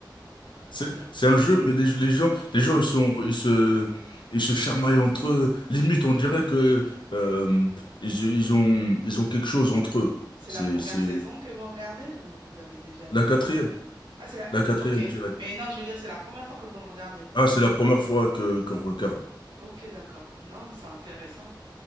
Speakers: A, on the left; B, on the right.
A: C'est
B: Attends,
A: c'est un jeu, mais les, les gens les gens ils sont ils se ils se chamaillent entre eux. Limite, on dirait que euh, ils ils ont ils ont quelque chose entre eux.
B: c'est
A: C'est
B: la première
A: c'est
B: saison que vous regardez ou vous vous avez déjà vu...
A: la quatrième
B: euh, Ah, c'est la...
A: la
B: Oui,
A: quatrième
B: ok.
A: direct.
B: Mais non, je veux dire, c'est la première fois que vous le regardez.
A: Ah, c'est la première fois que qu'on regarde.
B: Ok, d'accord. Non, c'est intéressant.